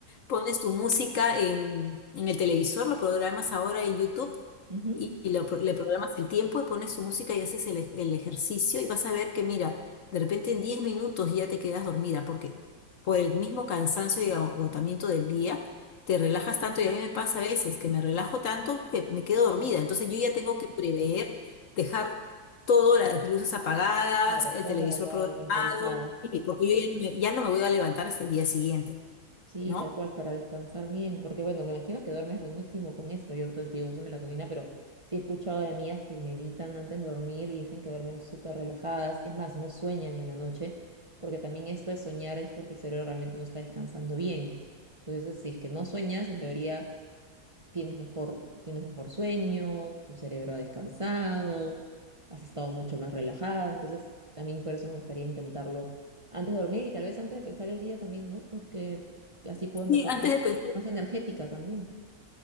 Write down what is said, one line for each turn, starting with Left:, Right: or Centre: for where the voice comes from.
Left: Pones tu música en, en el televisor, lo programas ahora en YouTube
Right: Ujú.
Left: y, y lo pro- le programas el tiempo y pones tu música y haces el, ej- el ejercicio y vas a ver que, mira, de repente en 10 minutos ya te quedas dormida porque por el mismo cansancio y agotamiento del día te relajas tanto y a mí me pasa a veces que me relajo tanto que me quedo dormida.
Right: Claro,
Left: Entonces yo ya tengo que prever, dejar todas las luces apagadas,
Right: claro,
Left: el
Right: todo
Left: televisor
Right: graduado,
Left: programado,
Right: temporizado.
Left: y porque yo ya no me, ya no me voy a levantar hasta el día siguiente,
Right: Sí,
Left: ¿no?
Right: tal cual, para descansar bien. Porque bueno, me imagino que duermes buenísimo con esto. Yo te, te digo, uso melatonina, pero sí he escuchado de amigas que meditan antes de dormir y dicen que duermen súper relajadas. Es más, no sueñan en la noche, porque también esto de soñar es porque el cerebro realmente no está descansando bien. Entonces, si es que no sueñas, en teoría tienes mejor, tienes mejor sueño, tu cerebro ha descansado, has estado mucho más relajada. Entonces, también por eso me gustaría intentarlo antes de dormir y tal vez antes de empezar el día también, ¿no? Porque así puedo empezar
Left: Sí, antes
Right: más,
Left: de pensar-
Right: más energética también.